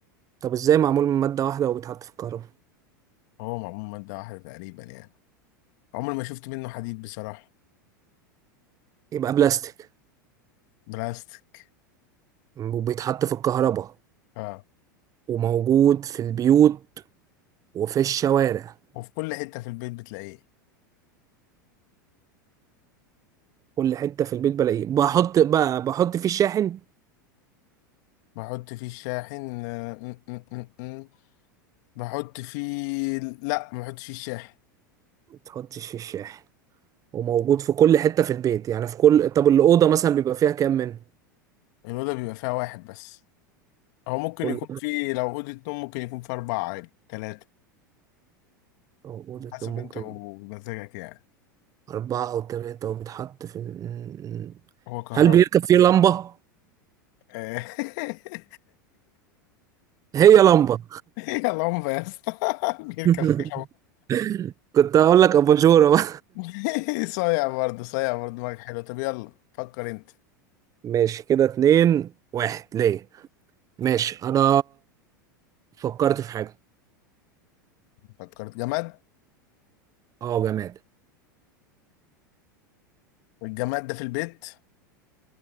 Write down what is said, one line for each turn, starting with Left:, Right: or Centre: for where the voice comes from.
Right: طب ازاي معمول من مادة واحدة وبيتحط في الكهرباء
Left: هو معمول من مادة واحدة تقريبا يعني عمري ما شفت منه حديد بصراحة
Right: يبقى بلاستيك
Left: بلاستيك
Right: وبيتحط في الكهرباء
Left: اه
Right: وموجود في البيوت وفي الشوارع
Left: وفي كل حتة في البيت بتلاقيه
Right: كل حتة في البيت بلاقيه بحط بقى بحط فيه الشاحن
Left: بحط فيه الشاحن آه، م- م- م- م. بحط فيه لا ما بحطش فيه الشاحن
Right: تحطش في الشاحن وموجود في كل حتة في البيت يعني في كل طب الأوضة مثلا بيبقى فيها كام من
Left: الأوضة بيبقى فيها واحد بس هو ممكن
Right: كل
Left: يكون فيه لو أوضة نوم ممكن يكون فيه أربعة عادي تلاتة
Right: أوضة كان
Left: حسب
Right: ممكن
Left: أنت ومزاجك يعني
Right: أربعة أو ثلاثة وبيتحط في ال-
Left: هو كهرباء
Right: هل بيركب فيه لمبة؟
Left: آه. <laughs>
Right: هي لمبة
Left: يلا هم يا اسطى <laughs> بيركب
Right: <laughs>
Left: فيه
Right: كنت هقول لك أباجورة بقى
Left: <laughs> صايع برضه صايع برضه دماغك حلو طب يلا فكر انت
Right: ماشي كده اتنين واحد ليه ماشي أنا فكرت في حاجة
Left: فكرت جماد
Right: اه جماد
Left: الجماد ده في البيت